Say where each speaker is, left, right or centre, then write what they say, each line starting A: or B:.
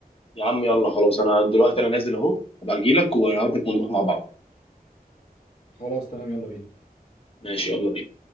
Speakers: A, on the left (about 35°); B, on the left (about 55°).
A: يا عم يلا خلاص انا دلوقتي انا نازل اهو هبقى اجي لك واخدك ونروح مع بعض
B: خلاص تمام يلا بينا
A: ماشي يلا بينا